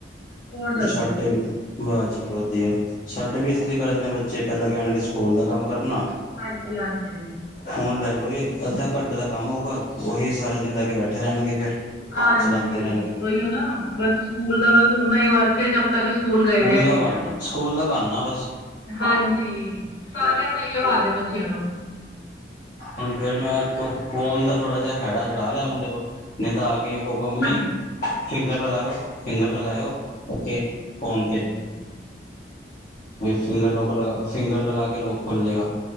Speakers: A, on the left; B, on the left.
A: ਹੋਰ ਦੱਸੋ
B: ਸਾਡੇ ਵੀ ਬਸ ਜੀ ਵਧੀਆ ਸਾਡੇ ਵੀ ਇਸਤਰੀ ਕਰਦੇ ਨੇ ਬੱਚੇ ਪਹਿਲਾਂ ਕਹਿਣਗੇ ਸਕੂਲ ਦਾ ਕੰਮ ਕਰਨਾ
A: ਹਾਂਜੀ ਹਾਂਜੀ
B: ਫੋਨ ਲੈ ਲੋਗੇ ਅੱਧਾ ਘੰਟੇ ਦਾ ਕੰਮ ਹੋਊਗਾ ਉਹੀ ਸਾਰਾ ਦਿਨ ਲੈ ਕੇ ਬੈਠੇ ਰਹਿਣਗੇ ਫੇਰ
A: ਹਾਂਜੀ
B: ਚਲਾਉਂਦੇ ਰਹਿਣਗੇ
A: ਉਹੀਓ ਨਾ ਬਸ ਸਕੂਲ ਦਾ ਬਸ ਓਨਾ ਹੀ ਵਰਕ ਜਦ ਤੱਕ ਸਕੂਲ ਗਏ ਦੇ ਹੈਗੇ
B: ਦਾ ਬਣਨਾ
A: ਆ
B: ਸਕੂਲ ਦਾ ਬਹਾਨਾ ਬਸ
A: ਹਾਂਜੀ ਸਾਰਿਆਂ ਦਾ ਹਾਲ ਹੈ ਬੱਚਿਆਂ ਦਾ
B: ਹੁਣ ਫੇਿਰ ਮੈਂ ਤੂੰ ਫ਼ੋਨ ਦਾ ਥੋੜਾ ਜਿਹਾ ਖੈੜਾ ਛਡਾ ਲਿਆ ਮੁੰਡੇ ਤੋਂ ਨਹੀਂ ਤਾਂ ਆ ਕੇ ਕਹੂਗਾ ਮੰਮੀ।
A: ਹਾਂਜੀ
B: ਫਿੰਗਰ ਲਗਾਇਓ ਫਿੰਗਰ ਲਗਾਇਓ ਉਓੇ ਫੋਨ ਤੇ
A: ਹਮ
B: ਬਈ ਫਿੰਗਰ ਲਗਾ ਫਿੰਗਰ ਲਗਾ ਕੇ ਲੋਕ ਖੁੱਲ ਜਾਏਗਾ